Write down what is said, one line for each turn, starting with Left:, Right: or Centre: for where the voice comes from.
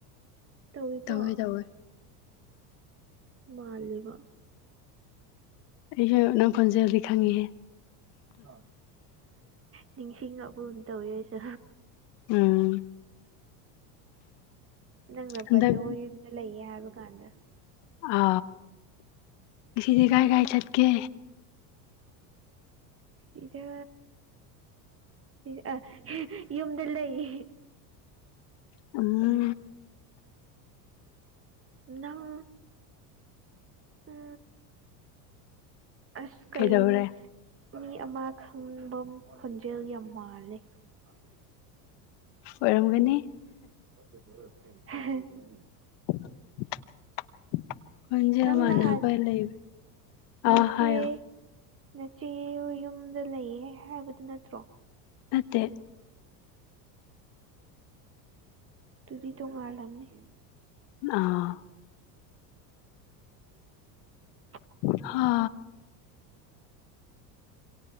Right: ꯇꯧꯏꯀꯣ
Left: ꯇꯧꯋꯦ ꯇꯧꯋꯦ
Right: ꯃꯥꯂꯦꯕ
Left: ꯑꯩꯁꯨ ꯅꯪ ꯐꯣꯟꯖꯦꯜꯗꯤ ꯈꯪꯉꯤꯍꯦ
Right: ꯑ ꯅꯤꯡꯁꯤꯡꯉꯕꯨ ꯇꯧꯋꯦ ꯑꯩꯁꯨ
Left: ꯎꯝ
Right: ꯅꯪꯅ
Left: ꯍꯟꯗꯛ
Right: ꯄꯣꯠꯆꯣ ꯌꯨꯝꯗ ꯂꯩꯌꯦ ꯍꯥꯏꯕ ꯀꯥꯟꯗ
Left: ꯑ ꯁꯤꯁꯤꯗꯤ ꯀꯥꯏ ꯈꯥꯏ ꯆꯠꯀꯦ
Right: ꯦ ꯁꯤꯗ ꯁꯤ ꯌꯨꯝꯗ ꯂꯩ
Left: ꯎꯝ
Right: ꯅꯪ ꯎ ꯑꯁ ꯀꯩ
Left: ꯀꯩꯗꯧꯔꯦ
Right: ꯃꯤ ꯑꯃ ꯈꯪꯕ ꯈꯣꯟꯖꯦꯜ ꯌꯥꯝ ꯃꯥꯜꯂꯦ ꯑꯕꯤ
Left: ꯑꯣꯏꯔꯝꯒꯅꯤ
Right: <unintelligible>
Left: <unintelligible> ꯍꯟꯖꯦꯜ
Right: ꯅꯪ
Left: ꯃꯥꯅꯕ
Right: ꯅꯍꯥꯟ
Left: ꯂꯩ ꯑꯥ
Right: ꯅꯆꯦ
Left: ꯍꯥꯏ ꯌꯣ
Right: ꯅꯆꯦ ꯗꯨ ꯌꯨꯝꯗ ꯂꯩꯌꯦ ꯍꯥꯏꯕꯗꯨ ꯅꯠꯇ꯭ꯔꯣ
Left: ꯅꯠꯇꯦ
Right: ꯑꯗꯨꯗꯤ ꯇꯣꯉꯜ ꯂꯝꯅꯤ
Left: ꯑꯣ
Right: <unintelligible>
Left: ꯍꯥ